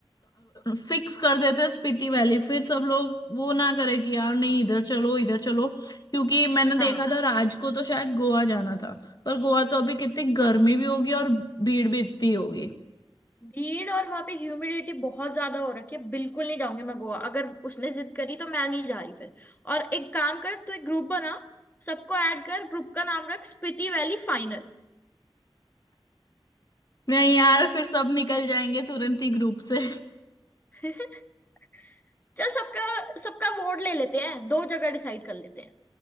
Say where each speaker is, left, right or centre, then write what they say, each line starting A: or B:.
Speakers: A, on the left; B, on the left.
A: फिक्स कर देते हैं स्पीति वैली फिर सब लोग वो ना करे कि यार नहीं इधर चलो इधर चलो क्योंकि मैंने
B: हाँ
A: देखा था राज को तो शायद गोवा जाना था पर गोवा तो अभी कितनी गर्मी भी होगी और भीड़ भी इतनी होगी
B: भीड़ और वहां पे ह्यूमिडिटी बहुत ज्यादा हो रखी है बिल्कुल नहीं जाऊंगी मैं गोवा अगर उसने जिद करी तो मैं नहीं जा रही फिर और एक काम कर तू एक ग्रुप बना सबको ऐड कर ग्रुप का नाम रख स्पीति वैली फाइनल
A: नहीं यार फिर सब निकल जाएंगे तुरंत ही ग्रुप से
B: <laughs> चल सबका सबका वोट ले लेते हैं दो जगह डिसाइड कर लेते हैं